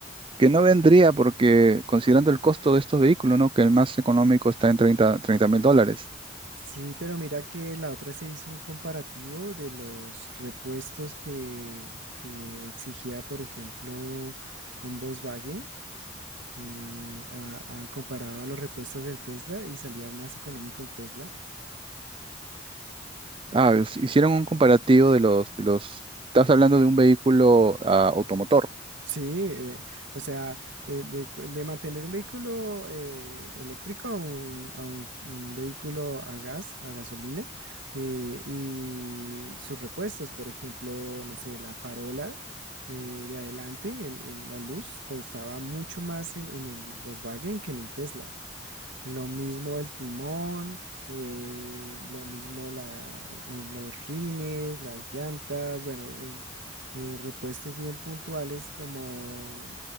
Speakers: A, on the right (about 25°); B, on the right (about 70°).
A: que no vendría porque considerando el costo de estos vehículos, ¿no? Que el más económico está en 30, 30 mil dólares.
B: Sí, pero mira que la otra se hizo un comparativo de los repuestos que, que exigía, por ejemplo, un Volkswagen, eh, a- a- comparado a los repuestos del Tesla y salía más económico el Tesla.
A: Ah, his- hicieron un comparativo de los, de los, estás hablando de un vehículo ah, automotor.
B: Sí, eh, o sea, de, de- de mantener un vehículo eh, eléctrico a un, a un- un vehículo a gas, a gasolina, eh, y sus repuestos, por ejemplo, no sé, la farola eh, de adelante, el- el- la luz, costaba mucho más en, en el Volkswagen que en el Tesla. Lo mismo el timón, eh, lo mismo la, eh, los rines, las llantas, bueno, eh, eh, repuestos bien puntuales como,